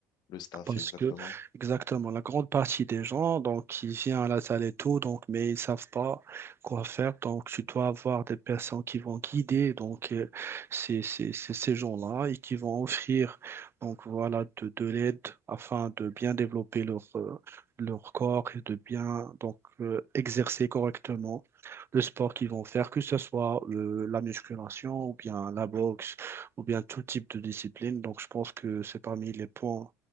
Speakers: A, on the left; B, on the right.
A: le staff,
B: parce
A: exactement.
B: que, exactement, la grande partie des gens, donc, ils viennent à la salle et tout, donc, mais ils savent pas quoi faire. Donc, tu dois avoir des personnes qui vont guider, donc, euh, ces, ces, ces, ces gens-là et qui vont offrir, donc, voilà, de, de l'aide afin de bien développer leur, euh, leur corps et de bien, donc, euh, exercer correctement le sport qu'ils vont faire, que ce soit euh, la musculation ou bien la boxe ou bien tout type de discipline. Donc, je pense que c'est parmi les points